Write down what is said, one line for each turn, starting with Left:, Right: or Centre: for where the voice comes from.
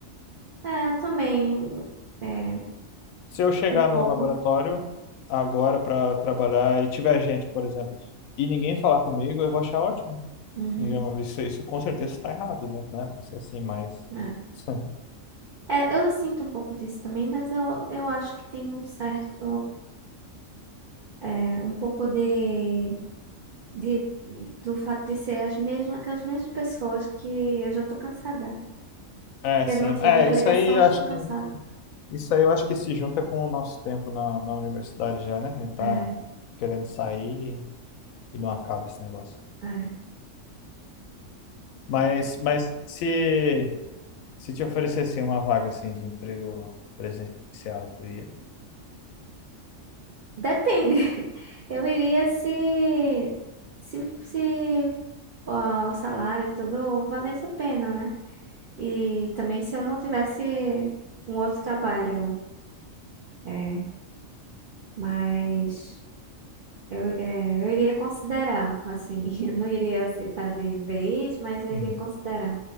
Right: É, eu também é,
Left: Se eu chegar
Right: um pouco.
Left: no laboratório agora para trabalhar e tiver gente, por exemplo, e ninguém falar comigo, eu vou achar ótimo.
Right: Uhum.
Left: Digamos, isso, isso com certeza está errado, né? Não era pra ser assim, mas.
Right: É.
Left: <laughs>
Right: É, eu sinto um pouco disso também, mas eu, eu acho que tem um certo, é, um pouco de, de, do fato de ser as mesmas, aquelas mesmas pessoas que eu já tô cansada.
Left: É,
Right: que
Left: sim.
Right: eu não tinha
Left: É,
Right: muita ligação,
Left: isso aí
Right: eu
Left: eu
Right: já
Left: acho
Right: tô cansada.
Left: que isso aí eu acho que se junta com o nosso tempo na, na universidade já, né? A gente tá
Right: É,
Left: querendo sair e não acaba esse negócio.
Right: é.
Left: Mas, mas se Se te oferecessem uma vaga assim de emprego presencial, tu ia?
Right: Depende. <laughs> Eu iria se, se, se ó, o salário e tudo valesse a pena, né? E também se eu não tivesse um outro trabalho. É, mas eu, é, eu iria considerar, assim. <laughs> Eu não iria aceitar de vez, mas eu
Left: Hum.
Right: iria considerar.